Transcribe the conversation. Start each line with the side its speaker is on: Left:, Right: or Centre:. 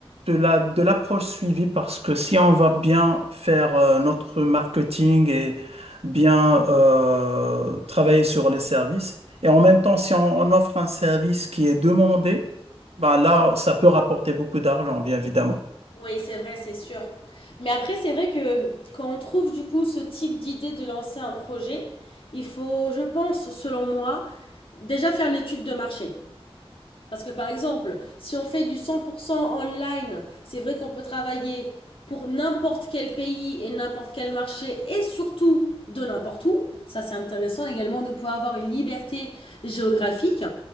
Right: de la, de l'approche suivie parce que si on va bien faire euh, notre marketing et bien euh, travailler sur les services, et en même temps, si on, on offre un service qui est demandé, ben là, ça peut rapporter beaucoup d'argent, bien évidemment.
Left: Oui, c'est vrai, c'est sûr. Mais après, c'est vrai que quand on trouve du coup ce type d'idée de lancer un projet, il faut, je pense, selon moi, déjà faire une étude de marché. Parce que par exemple, si on fait du 100% online, c'est vrai qu'on peut travailler pour n'importe quel pays et n'importe quel marché et surtout de n'importe où. Ça, c'est intéressant également de pouvoir avoir une liberté géographique.